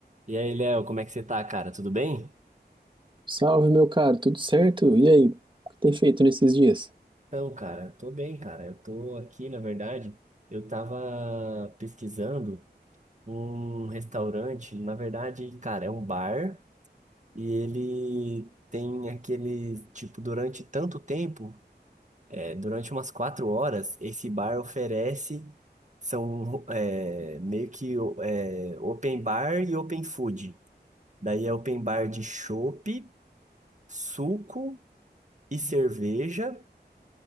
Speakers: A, on the right (about 45°); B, on the right (about 25°).
A: E aí, Léo, como é que você tá, cara? Tudo bem?
B: Salve, meu caro, tudo certo? E aí, o que tem feito nesses dias?
A: Então, cara, tô bem, cara. Eu tô aqui, na verdade, eu tava pesquisando um restaurante, na verdade, cara, é um bar e ele tem aquele, tipo, durante tanto tempo, é, durante umas quatro horas, esse bar oferece, são é, meio que é, open bar e open food. Daí é open bar de chopp, suco e cerveja.